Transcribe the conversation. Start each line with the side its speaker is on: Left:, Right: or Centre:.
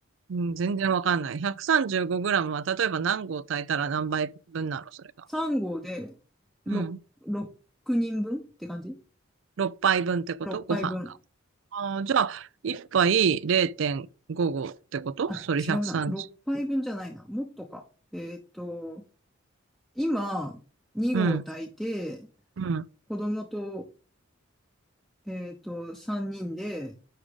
Right: うん。うん、全然わかんない。135グラムは、例えば何合炊いたら何杯分なの、それが。
Centre: 3号で6、
Right: うん。
Centre: 6人分って感じ
Right: 6杯分ってことご飯が。
Centre: ?6 杯分。
Right: ああ、じゃあ、1杯0.5合ってことそれ130。
Centre: あ、違うな。6杯分じゃないな。もっとか。えっと、今、2合炊いて、
Right: うん。うん。
Centre: 子供とえっと、3人で、